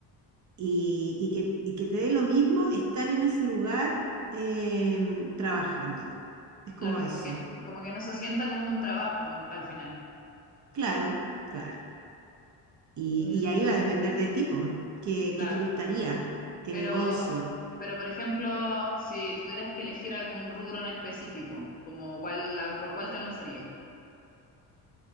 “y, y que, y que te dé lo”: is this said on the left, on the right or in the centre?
Right